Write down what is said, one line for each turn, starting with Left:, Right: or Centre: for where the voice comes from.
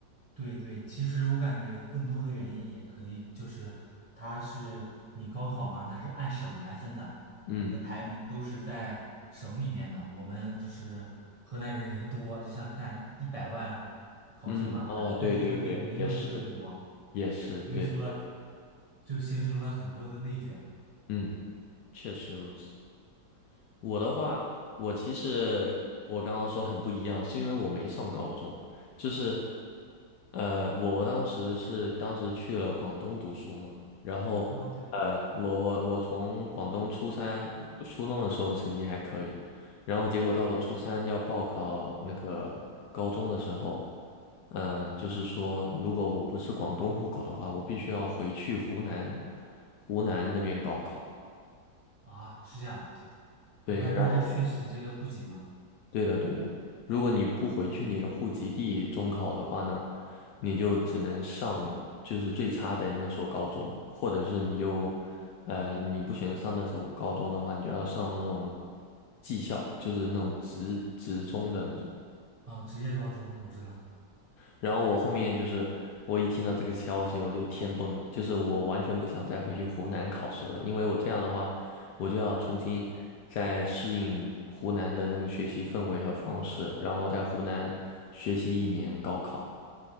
Right: 对对，其实我感觉更多的原因也可以，就是它是你高考嘛，它是按省来分的，
Left: 嗯
Right: 你的排名都是在省里面的。我们就是河南人人多，就像看一百万考生嘛，
Left: 嗯，
Right: 他但是他给的名额就这么多啊，
Left: 哦，对对对，也是也是对的，
Right: 所以说就形成了很多的内卷。
Left: 嗯，确实如此。我的话，我其实我刚刚说很不一样，是因为我没上高中，就是，呃，我当时是当时去了广东读书嘛，然后，
Right: 啊，对
Left: 呃，我我我从广东初三初中的时候成绩还可以，然后结果到了初三要报考那个高中的时候，嗯、就是说如果我不是广东户口的话，我必须要回去湖南湖南那边高考。
Right: 啊，是这样，
Left: 对，
Right: 那那这确实这个户籍嘛，
Left: 然后。对的，对的。如果你不回去你的户籍地中考的话呢，你就只能上就是最差的那所高中，或者是你就，呃，你不选择上那所高中的话，你就要上那种技校，就是那种职职中的那种。
Right: 哦，职业高中我知道，
Left: 然后我后面就是我一听到这个消息，我就天崩了，就是我完全不想再回去湖南考试了，因为我这样的话，我就要重新再适应湖南的那个学习氛围和方式，然后在湖南学习一年高考。